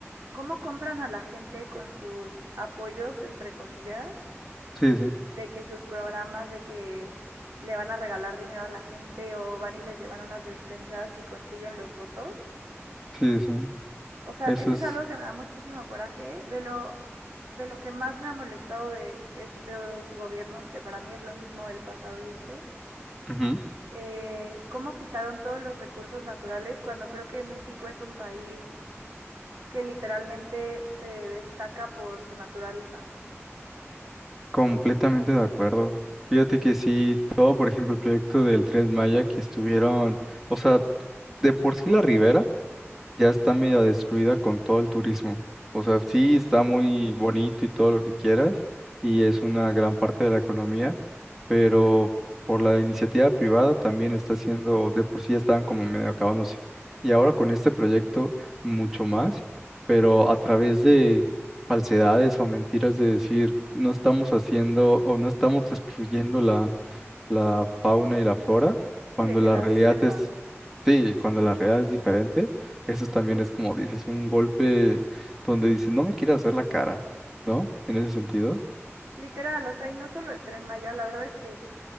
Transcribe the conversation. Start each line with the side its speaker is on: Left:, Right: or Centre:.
Right: cómo compran a la gente con sus apoyos, entre comillas,
Centre: Sí, sí,
Right: de que sus programas, de que le van a regalar dinero a la gente o van y les llevan unas despensas y consiguen los votos.
Centre: sí, sí.
Right: O sea,
Centre: Eso
Right: eso
Centre: es
Right: es algo que me da muchísimo coraje, de lo, de lo que más me ha molestado de estos gobiernos, que para mí es lo mismo el pasado y este,
Centre: ujú,
Right: eh, cómo quitaron todos los recursos naturales cuando creo que México es un país que literalmente se destaca por su naturaleza.
Centre: completamente de acuerdo. Fíjate que sí, todo, por ejemplo, el proyecto del Tren Maya que estuvieron, o sea, De por sí la ribera ya está medio destruida con todo el turismo. O sea, sí está
Right: Ujú.
Centre: muy bonito y todo lo que quieras, y es una gran parte de la economía, pero por la iniciativa privada también está siendo, de por sí ya estaban como medio acabándose. Y ahora con este proyecto mucho más, pero a través de falsedades o mentiras de decir no estamos haciendo o no estamos destruyendo la fauna y la flora, cuando
Right: Sí, de que
Centre: la
Right: la
Centre: realidad
Right: selva.
Centre: es, sí, cuando la realidad es diferente, eso también es como dices, un golpe donde dices, no me quieras ver la cara, ¿no? En ese sentido.
Right: Literal, o sea, y no solo el Tren Maya, la verdad es que